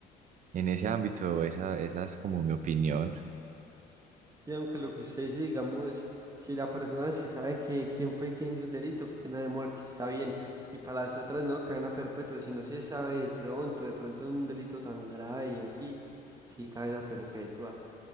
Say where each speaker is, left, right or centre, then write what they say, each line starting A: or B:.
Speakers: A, on the right (about 50°); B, on the right (about 20°).
A: en ese ámbito esa, esa es como mi opinión.
B: Y aunque lo que usted dice, digamos, si la persona se sabe que quién fue quien hizo el delito, pena de muerte, está bien. Y para las otras no, cadena perpetua, si no se sabe de pronto, de pronto un delito tan grave y así, sí, cadena perpetua.